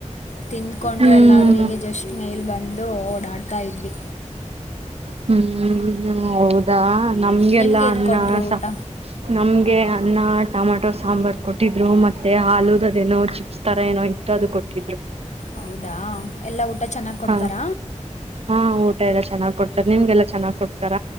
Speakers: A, on the left; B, on the right.
A: ತಿಂದ್ಕೊಂಡು
B: ಹ್ಮ್
A: ಎಲ್ಲರೂ ಈಗ ಜಸ್ಟ್ ಮೇಲ್ ಬಂದು ಓಡಾಡ್ತಾ ಇದ್ವಿ.
B: ಹ್ಮ್ ಹ್ಮ್ ಹೌದಾ ನಮ್ಗೆಲ್ಲಾ
A: ನಿಮ್ಗೇನು
B: ಅನ್ನ
A: ಕೊಟ್ಟರು
B: ಸ
A: ಊಟ
B: ನಮ್ಗೆ ಅನ್ನ ಟಮಾಟೊ ಸಾಂಬಾರ್ ಕೊಟ್ಟಿದ್ರು ಮತ್ತೆ ಹಲುದದೇನೋ ಚಿ ತರ ಏನೋ ಇತ್ತು ಅದು ಕೊಟ್ಟಿದ್ರು.
A: ಹೌದಾ ಎಲ್ಲಾ ಊಟ ಚೆನ್ನಾಗ್ ಕೊಡ್ತಾರ.
B: ಹಾ ಹಾ ಊಟ ಎಲ್ಲಾ ಚೆನ್ನಾಗ್ ಕೊಡ್ತಾರೆ ನಿಮ್ಗೆಲ್ಲಾ ಚೆನ್ನಾಗ್ ಕೊಡ್ತಾರ.